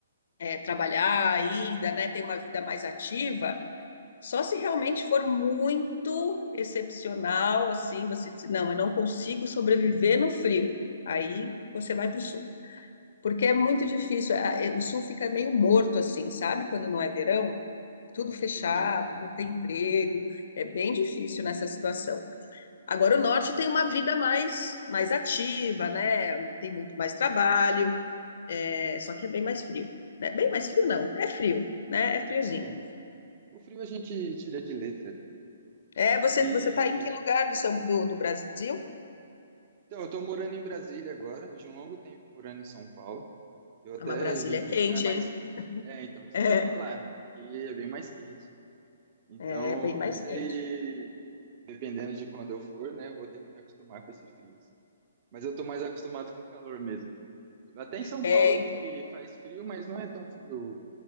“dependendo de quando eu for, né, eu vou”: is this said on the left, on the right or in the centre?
Right